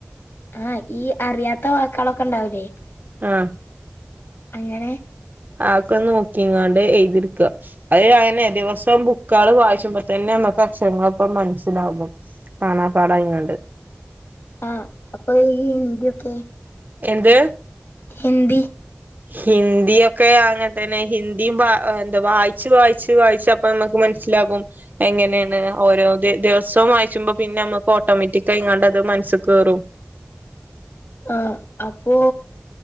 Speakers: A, on the left; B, on the right.
A: ആഹ് ഈ അറിയാത്ത വാക്കളൊക്കെ ഇണ്ടാവുലേ
B: ആഹ്
A: അങ്ങനെ
B: ആകൊന്ന് നോക്കിങ്ങാണ്ട് എഴുതിട്ക്ക അത് അങ്ങനെ ദിവസം ബുക്കുകൾ വായിച്ച്മ്പോ തന്നെ നമ്മക്ക് അക്ഷങ്ങളൊക്കെ മനസ്സിലാവും കാണാ പാടായിങാണ്ട്
A: ആഹ് അപ്പൊ ഈ ഹിന്ത്യക്കെ
B: എന്ത്
A: ഹിന്ദി
B: ഹിന്ദിയ ഒക്കെ അങ്ങനെ തന്നെ ഹിന്ദിയുംഎന്തുവാ വായി <unintelligible> വായിച്ച് വായിച്ച് വായിച്ച് അപ്പ നമുക്ക് മനസ്സിലാകും എങ്ങനെയാണ് ഓരോ ദ ദിവസവും വായിച്ചുമ്പോ പിന്നെ നമുക്ക് ഓട്ടോമാറ്റിക്കായി ഇങ്ങണ്ടത് മനസ്സിൽ കേറും
A: ആഹ അപ്പോ